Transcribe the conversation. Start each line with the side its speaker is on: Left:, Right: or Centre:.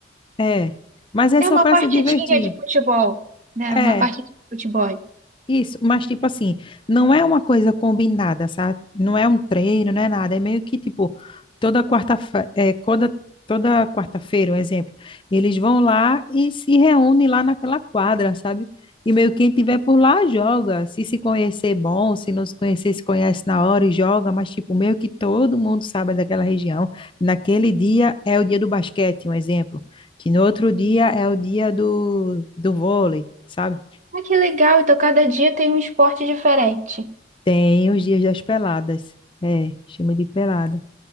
Left: é. Mas é
Right: É
Left: só
Right: uma
Left: para
Right: partidinha
Left: se divertir.
Right: de futebol, né?
Left: É.
Right: Uma partida de futebol.
Left: Isso, mas tipo assim, não é uma coisa combinada, sabe? Não é um treino, não é nada. É meio que tipo, toda quarta-feira, toda, toda quarta-feira, um exemplo, eles vão lá e se reúnem lá naquela quadra, sabe? E meio que quem tiver por lá joga. Se se conhecer, bom. Se não se conhecer, se conhece na hora e joga. Mas, tipo, meio que todo mundo sabe daquela região. Naquele dia é o dia do basquete, um exemplo. Que no outro dia é o dia do, do vôlei, sabe?
Right: Ah, que legal, então cada dia tem um esporte diferente.
Left: Tem os dias das peladas. É, chama de pelada.